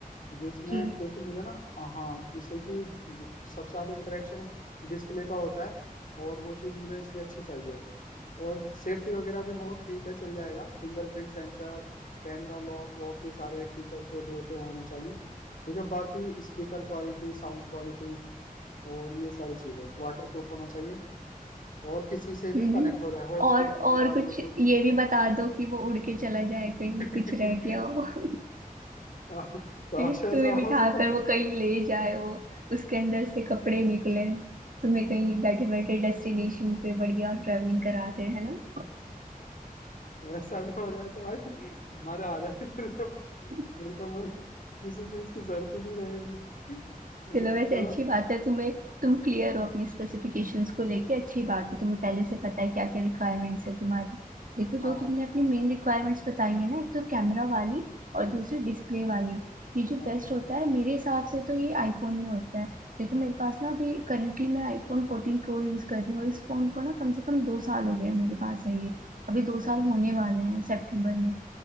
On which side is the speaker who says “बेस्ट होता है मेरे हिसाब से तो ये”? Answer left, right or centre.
Right